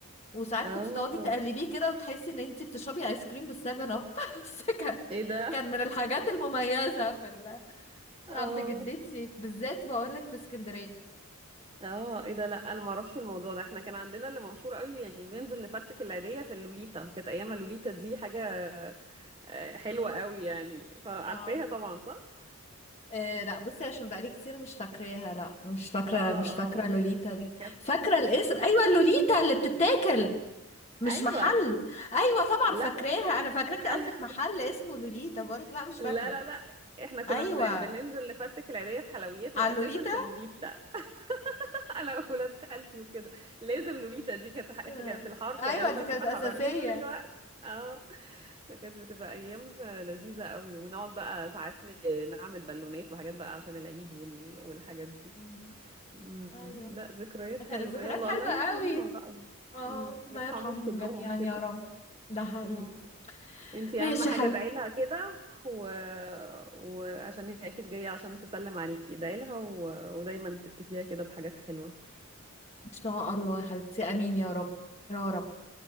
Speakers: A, on the left; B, on the right.
A: وساعات
B: آه.
A: كنت تقعدي
B: آه.
A: تقلبيه كده وتحسي ان انت بتشربي ايس كريم بالسفن اب <laughs> بس كان
B: ايه ده
A: كان من الحاجات المميزة في ال...
B: اه
A: عند جدتي بالذات بقولك في اسكندرية
B: اه ايه ده لا انا ما اعرفش الموضوع ده احنا كان عندنا اللي مشهور قوي يعني بننزل نفرتك العيدية في اللوليتا كانت ايامها اللوليتا دي حاجة آه، حلوة قوي يعني فعارفاها
A: اه
B: طبعا صح
A: إيه لا بصي عشان بقالي كتير مش فاكراها لا مش فاكرة
B: اه
A: مش
B: اه
A: فاكرة
B: آه.
A: لوليتا دي
B: كانت-
A: فاكرة الاسم ايوه اللوليتا اللي بتتاكل مش
B: ايوه
A: محل ايوه طبعا
B: لا
A: فاكراها انا فاكراك
B: <laughs>
A: قصدك محل اسمه لوليتا بقولك لا مش فاكرة
B: لا لا لا احنا كنا
A: ايوه
B: بن- بننزل نفرتك العيدية في حلويات
A: على
B: واساسا
A: اللوليتا
B: في اللوليتا <laughs> انا وولاد خالتي وكده لازم لوليتا دي كانت ح-
A: آه.
B: كان في الحر
A: ايوه
B: غالبا
A: دي كانت
B: كنا
A: اساسية
B: حرانين طول الوقت اه فكانت بتبقى ايام لذيذة قوي ونقعد بقى ساعات ن- نعمل بالونات وحاجات بقى عشان العيد وال... والحاجات دي
A: آه.
B: مم.
A: ايوه
B: لا ذكريات
A: كانت
B: حلوة
A: ذكريات
B: يلا
A: حلوة
B: الله يرحمهم
A: قوي
B: بقى
A: اه
B: مم.
A: الله
B: يرحمهم
A: يرحمهم
B: كلهم
A: جميعا
B: كده
A: يا رب ده حقيقي
B: مم. انتي
A: ماشي
B: اهم حاجة
A: يا حبيبتي
B: ادعيلها كده و... وعشان هي اكيد جاية عشان تسلم عليكي ادعيلها و... ودايما تفتكريها كده بحاجات حلوة
A: ان شاء الله يا حبيبتي امين يا رب يا رب